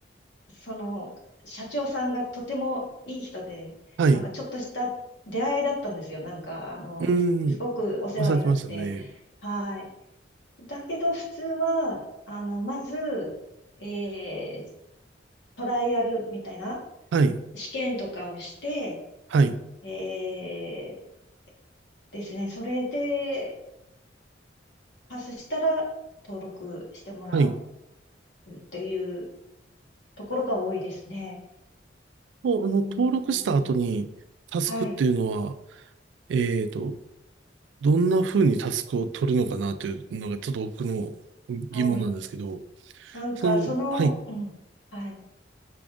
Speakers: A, on the left (about 70°); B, on the right (about 75°).
A: その、社長さんがとてもいい人で、
B: はい。
A: なんかちょっとした出会いだったんですよ。なんか、あの、
B: うーん。
A: いすごくお世話になって。
B: おっしゃってましたね。
A: はい。だけど、普通は、あの、まず、えートライアルみたいな
B: はい。
A: 試験とかをして、
B: はい。
A: えーですね、それでパスしたら登録してもら
B: はい。
A: うっていうところが多いですね。
B: もう、あの、
A: うーん、
B: 登録した後に、タスクっていうのは、
A: はい、
B: えーと、どんな風にタスクを取るのかなというのが、ちょっと僕の疑問なんですけど、
A: はい。なんか、
B: その、
A: その、
B: はい。
A: うん、はい。